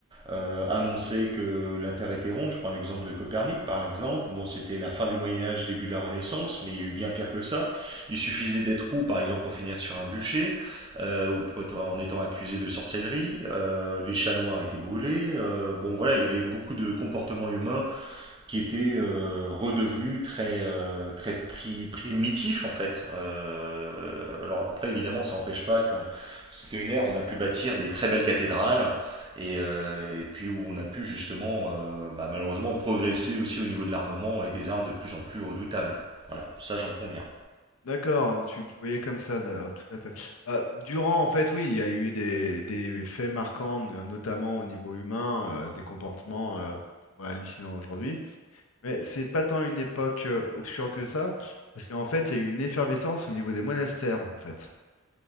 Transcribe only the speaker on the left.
D'accord, tu le voyais comme ça, d'accord, tout à fait. Bah, durant, en fait, oui, il y a eu des, des faits marquants, no- notamment au niveau humain, euh, des comportements euh, que tu trouves hallucinants aujourd'hui. Mais c'est pas tant une époque euh, obscure que ça, parce qu'en fait, il y a eu une effervescence au niveau des monastères, en fait.